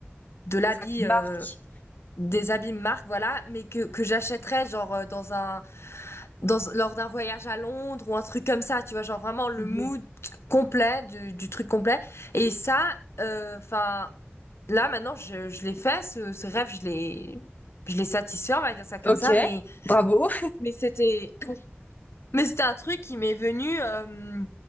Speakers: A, on the left (about 70°); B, on the left (about 40°).
A: de l'habit,
B: des habits de
A: euh,
B: marque
A: des habits marque, voilà, mais que, que j'achèterais, genre, euh, dans un. dans, lors d'un voyage à Londres ou un truc comme ça, tu vois, genre vraiment le
B: Mhm.
A: mood complet du, du truc complet. Et ça, euh, enfin, là maintenant, je, je l'ai fait, ce, ce rêve, je l'ai, je l'ai satisfait, on va dire ça comme
B: ok
A: ça, mais,
B: bravo
A: mais c'était, mais c'était un truc qui m'est venu, euh,